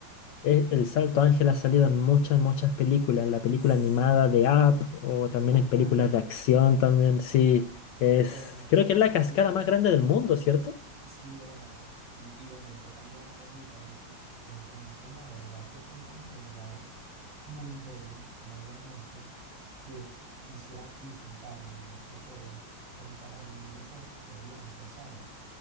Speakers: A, on the left; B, on the right.
A: E- El Salto Ángel ha salido en muchas, muchas películas. En la película
B: Sí,
A: animada de Up o también
B: ajá.
A: en películas de acción también. Sí. Es,
B: Bueno,
A: creo que es la cascada
B: yo
A: más grande del mundo, ¿cierto?
B: Sí, hermano, sí, y bueno, y está también acá en mi país. Entonces, la verdad que son como que lugares muy bellos, muy hermosos, que quisiera visitarlo más que todo, como para vivir esa experiencia, ¿sabes?